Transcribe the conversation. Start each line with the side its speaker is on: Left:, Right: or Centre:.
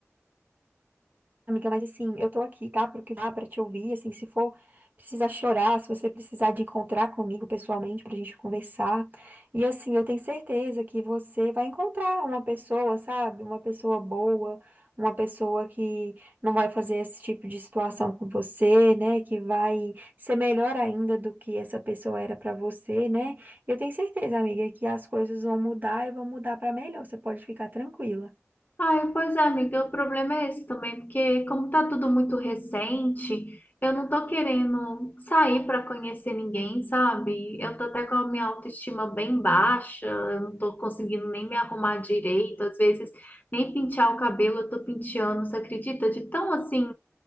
Right: Amiga, mas assim, eu tô aqui, tá? Pro que dá pra te ouvir, assim, se for precisar chorar, se você precisar de encontrar comigo pessoalmente pra gente conversar. E assim, eu tenho certeza que você vai encontrar uma pessoa, sabe? Uma pessoa boa, uma pessoa que não vai fazer esse tipo de situação com você, né? Que vai ser melhor ainda do que essa pessoa era pra você, né? Eu tenho certeza, amiga, que as coisas vão mudar e vão mudar pra melhor. Você pode ficar tranquila.
Left: Ai, pois é, amiga, o problema é esse também, porque como tá tudo muito recente, eu não tô querendo sair para conhecer ninguém, sabe? Eu tô até com a minha autoestima bem baixa, eu não tô conseguindo nem me arrumar direito, às vezes nem pentear o cabelo eu tô penteando, você acredita? De tão assim,